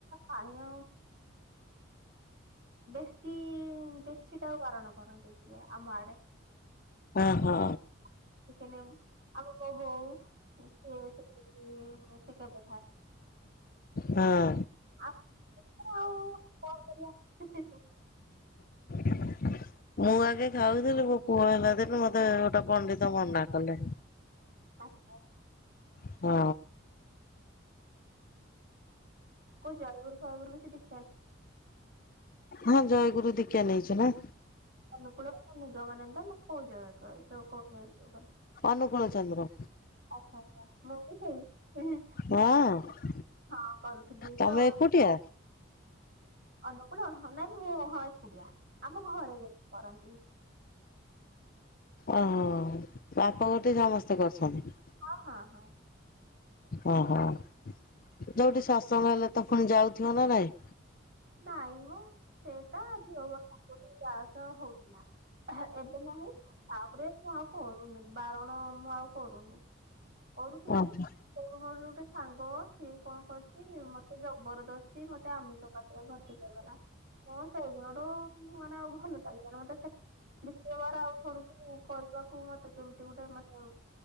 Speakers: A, on the right; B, on the left.
A: ଖାଇ ଦେଶୀ ଦେଶୀ ଟାକୁ ବରଣ କରନ୍ତି। ଆମ ଆଡ଼େ
B: ହଁ ହଁ
A: ଦେଶୀ ଚିକେନ। ଆଉ ମୋ ବୋଉ ସେ ବି ଟିକେ କଥା
B: ହଁ।
A: ଆଉ <unintelligible> କଣ କରିବା?
B: <inaudible> ମୁଁ ଆଗେ ଖାଉଥିଲି, ମୋ ପୁଅ ହେଲା ଦିନୁ ମତେ ଗୋଟେ ପଣ୍ଡିତ ମନା କଲେ।
A: ଆଛା।
B: ହଁ।
A: କଉ ଜୟଗୁରୁ ଫୟଗୁରୁ କି ଦିକ୍ଷା
B: ହଁ ଜୟଗୁରୁ ଦୀକ୍ଷା ନେଇଚି ନା।
A: ଅନୁକୁଳ ସ୍ୱାମୀ ଦୟାନନ୍ଦ ନା କୋଉ ଜୟ କ ଯଉ <unintelligible>
B: ଅନୁକୂଳ ଚନ୍ଦ୍ର।
A: ଆଚ୍ଛା ଆଛା ମୁଁ ବି ସେଇ।
B: ହଁ
A: ହଁ କରୁଥିଲି
B: ତମେ
A: ତ
B: ଏକୁଟିଆ
A: ଅନୁକୂଳ? ହଁ ନାଇଁ ମୁଁ ହଁ ଏକୁଟିଆ ଆମ ଘରେ କରନ୍ତି।
B: ଓହୋ ବାପା ଗୋଟେ ସମସ୍ତେ କରୁଚନ୍ତି।
A: ହଁ ହଁ ହଁ।
B: ଓହୋ ଯୋଉଠି ସତ୍ସଙ୍ଗ ହେଲେ ତ ପୁଣି ଯାଉଥିବ ନା ନାଇଁ?
A: ନାଇମ ସେଟା ଝିଅ ବେଳେ ଯାହା ସହ ହଉଥିଲା। ଏବେ ନାହିଁ ତାପରେ ମୁଁ ଆଉ କରୁନି ବାରଣ ମୁଁ ଆଉ କରୁନି। କରୁଥିଲି
B: ଓହୋ
A: ମୋର ଗୋଟେ ସାଙ୍ଗ ସିଏ କଣ କରି ଚି ମତେ ଜବରଦସ୍ତି ମତେ ଆମିଷ ପାଟିରେ ଭର୍ତ୍ତି କରିଦଲା ତ ସେଇଦିନଠୁ ମାନେ ଆଉ ଭଲ ଲାଗିଲାନ ମତେ ଦିତବାର ଆଉ ଥରକୁ କରିବାକୁ ମତେ ଯେମିତି ଗୋଟେ ମାନେ